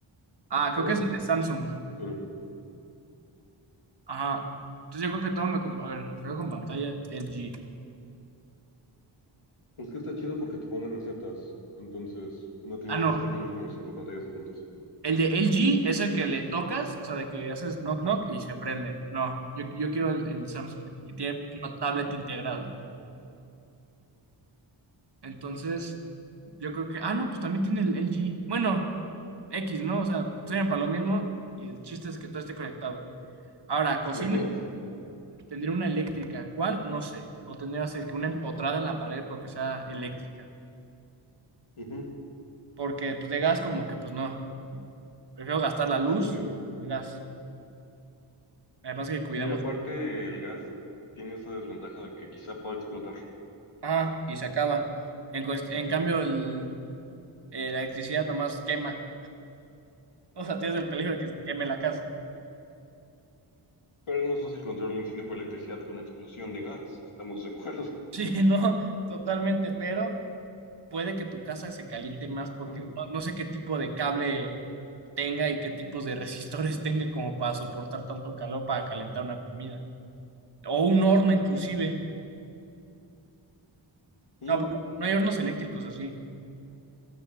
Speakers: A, on the right (about 55°); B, on the left (about 80°).
A: Ah, creo
B: Ah,
A: que es el de Samsung.
B: ok.
A: Ajá. Entonces yo creo que todo me... com- A ver, creo con pantalla LG.
B: Es que está chido porque te pone recetas. Entonces, no tienes
A: Ah, no.
B: que estar viendo como cinco pantallas diferentes.
A: El de LG es el que le tocas, o sea, de que haces knock knock y se prende. No, yo, yo quiero el, el Samsung, que tiene una tablet integrada. Entonces, yo creo que, ah, no, pues también tiene el LG. Bueno, X, ¿no? O sea, sirven para lo mismo y el chiste es que todo esté conectado. Ahora, cocina,
B: Y enfría.
A: tendría una eléctrica. ¿Cuál? No sé. O tendría así que una empotrada en la pared porque sea eléctrica.
B: Ujú,
A: Porque, pues, de gas como que, pues, no. Prefiero gastar la luz,
B: te digo.
A: el gas. Además que cuidamos,
B: Sí, aparte, el gas tiene esa desventaja de que quizá pueda explotar.
A: ah, y se acaba. En, cuest- en cambio, el, eh, la electricidad nomás quema. O sea, tienes el peligro de que se queme la casa.
B: Pero es más fácil controlar un incendio por electricidad que una explosión de gas. Estamos de acuerdo.
A: <laughs> Sí, no, totalmente, pero... puede que tu casa se caliente más porque
B: Mm.
A: no, no sé qué tipo de cable tenga y qué tipos de resistores <laughs> tenga como para soportar tanto calor para calentar una comida. O un horno inclusive.
B: Mm,
A: No, porque no hay hornos eléctricos así.